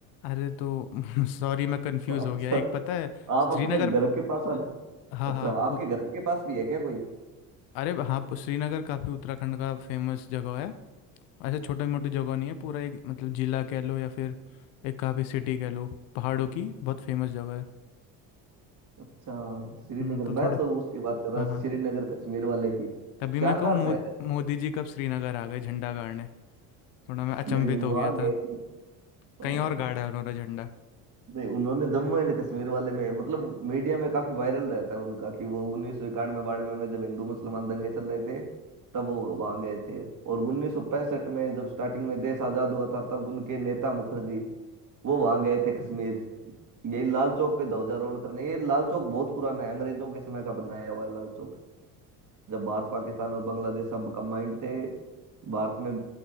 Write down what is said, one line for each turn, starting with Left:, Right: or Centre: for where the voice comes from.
Left: अरे तो <laughs> सॉरी मैं कंफ्यूज
Right: अच्छा
Left: हो गया एक पता है
Right: आप
Left: श्रीनगर
Right: अपने घर के पास आ-
Left: हाँ
Right: अच्छा
Left: हाँ
Right: आपके
Left: पु-
Right: घर के पास भी है क्या कोई
Left: अरे हाँ पु- श्रीनगर काफ़ी उत्तराखंड का फेमस जगह है ऐसे छोटे मोटे जगह नहीं है पूरा एक मतलब जिला कह लो या फिर एक काफ़ी सिटी कह लो पहाड़ों की बहुत फेमस जगह है
Right: अच्छा श्रीनगर
Left: हम्म, तो
Right: मैं
Left: थोड़ा
Right: तो उसकी बात कर रहा
Left: हाँ हाँ
Right: श्रीनगर कश्मीर वाले की
Left: तभी
Right: शानदार
Left: मैं कहूँ मो,
Right: शहर है
Left: मोदी जी कब श्रीनगर आ गए झंडा गाड़ने थोड़ा मैं अचंभित
Right: नहीं नहीं वहां
Left: हो गया
Right: गए
Left: था
Right: थे
Left: कहीं
Right: हाँ।
Left: और गाड़ा है उन्होंने झंडा
Right: नहीं उन्होंने जम्मू एंड कश्मीर वाले में मतलब मीडिया में काफी वायरल रहता है उनका कि वो उन्नीस सौ इक्यानवे बानवे में जब हिंदू मुसलमान दंगे चल रहे थे तब वो वहां गए थे और उन्नीस सौ पैंसठ में जब स्टार्टिंग में देश आजाद हुआ था तब उनके नेता मुखर्जी वो वहां गए थे कश्मीर यही लाल चौक पे ध्वजारोहण करने ये लाल चौक बहुत पुराना है अंग्रेजों के समय का बनाया हुआ है लाल चौक जब भारत पाकिस्तान और बांग्लादेश सब कंबाइंड थे भारत में